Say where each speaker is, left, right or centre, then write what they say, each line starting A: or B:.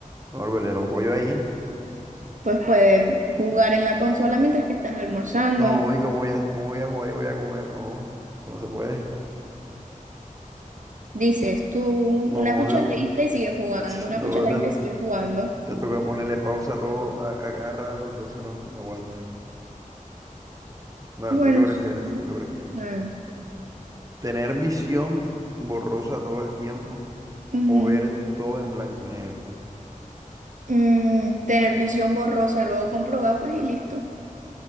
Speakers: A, on the right; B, on the right.
A: Me volveré loco yo ahí.
B: Pues puedes jugar en la consola mientras que estás almorzando.
A: No, y cómo voy a, cómo voy a jugar y voy a comer, no. Eso no se puede.
B: Dices tú
A: No,
B: una cucharadita
A: de-
B: y sigues jugando,
A: <sniffs>
B: una
A: <tsk> no,
B: cucharadita y sigues jugando.
A: Te toca ponerle pausa a todo a, a cada rato, entonces no, no aguanta. Bueno,
B: Bueno,
A: ¿tú qué prefieres?
B: sí.
A: ¿Tú qué prefieres?
B: Claro.
A: ¿Tener visión borrosa todo el tiempo
B: Ujú.
A: o ver todo en blanco y negro?
B: Mm, tener visión borrosa, luego compro gafas y listo.